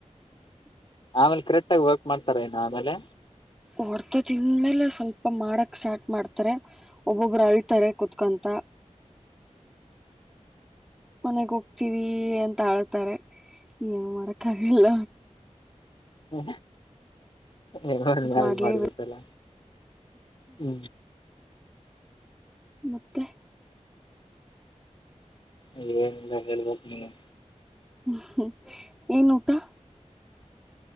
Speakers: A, on the left; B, in the centre.
A: ಆಮೇಲೆ ಕರೆಕ್ಟ್ ಆಗ ವರ್ಕ್ ಮಾಡ್ತಾರ ನ ಆಮೇಲೆ
B: ಹೊಡ್ತ ತಿಂದ್ಮೇಲೆ ಸ್ವಲ್ಪ ಮಾಡಕ್ ಸ್ಟಾರ್ಟ್ ಮಾಡ್ತಾರೆ ಒಬ್ಬೊಬ್ರು ಅಳ್ತಾರೆ ಕುತ್ಕೊಂತ ಮನೆಗ್ ಹೋಗ್ತೀವಿ ಅಂತ ಆಳ್ತಾರೆ ನ್ ಏನು ಮಾಡಾಕಾಗಲ್ಲ
A: ಹಾ ನಿಮ್ ನೋಡಿ ಮೇಲ್
B: ಮಾಡ್ಲೇಬೇಕು
A: ಮಾಡ್ಬೇಕಲ್ಲ ಹೂ
B: ಮತ್ತೆ
A: ಏನಿಲ್ಲ ಹೇಳ್ಬೇಕ ನೀವು
B: ಹ್ಮ್ಮ ಏನು ಊಟಾ?